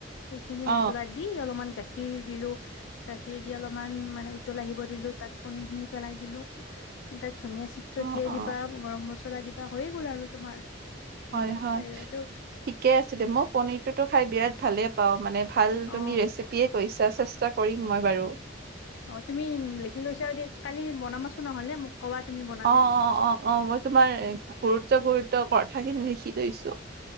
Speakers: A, on the left; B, on the right.
A: সেইখিনি
B: অ
A: মছলা দি অলপমান গাখীৰ দিলো গা খে দি অলপমান মানে উতল আহিব দিলো তাত পনী খিনি পেলাই দিলো তাত ধনীয়া চিট ছটিয়াই
B: অ অ
A: দিবা গৰম মছলা দিবা হৈয়ে গ'ল আৰু তোমাৰ ধুনীয়া
B: হয় হয়
A: ষ্টাইলতো
B: ঠিকে আছে দে মই পনিৰটোতো খাই বিৰাট ভালে পাওঁ মানে ভাল
A: অ
B: তুমি ৰেচিপিয়ে কৈছা চেষ্টা কৰিম মই বাৰু
A: অ তুমি লিখি লৈছা আৰু কালি মনামাছোন নহলে মোক ক'বা তুমি বনালে
B: অ অ অ অ মই তোমাৰ গুৰুত্ব গুৰুত্ব কথাখিনি লিখি লৈছো